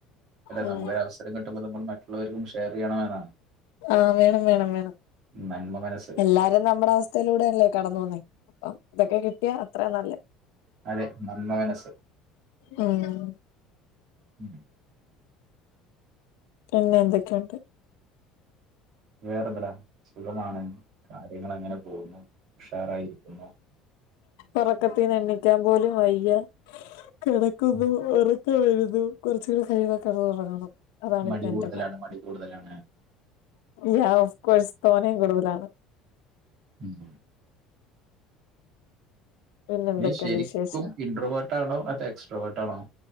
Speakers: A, on the right; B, on the left.
A: അല്ലെ
B: ഉം
A: നമുക്കൊ രവസരം കിട്ടുമ്പോ നമ്മള് മറ്റ് ള്ളവരും ഷെയർ ചെ യ്യണമെന്നാണ്
B: ആവേണം വേണം വേണം
A: നന്മ മനസ്സ്
B: എല്ലാരും നമ്മുടെ അവസ് <unintelligible> ലൂടെല്ലേ കടന്നു പോന്നേ അപ്പം തൊക്കെ കിട്ടിയാ അത്ര നല്ലേ
A: അതെ നന്മ മനസ്സ്
B: ഉം
A: ഉം
B: പിന്നെ എന്തൊക്കെണ്ട്
A: വേറെ എന്താട സുഖമാണ് കാര്യങ്ങള് അങ്ങനെ പോകുന്നു ഉഷാറായിരിക്കുന്നു
B: ഒറക്കത്തിന്ന് എണിക്കാൻ പോലും വയ്യ കിടക്കുന്നു
A: ഉം.
B: ഒറ ക്കം വരുന്നു കൊറച്ചുടെ കഴിഞ്ഞാൽ കെടന്നുറങ്ങണം അതാണിപ്പ
A: മടി കൂടുതലാണ്
B: എന്റെ പ്ലാൻ
A: മടി കൂടുതലാണ്.
B: യാ ഓഫ്കോഴ്സ് തോനെ കൂടുതലാണ്
A: ഉം
B: പിന്നെ എന്തൊക്കെയുണ്ട്
A: നീ ശരിക്കും
B: വിശേഷം
A: ഇൻട്രോവെർട്ട് ആണോ അതോ എക്സ്ട്രോ വെർട്ടാണോ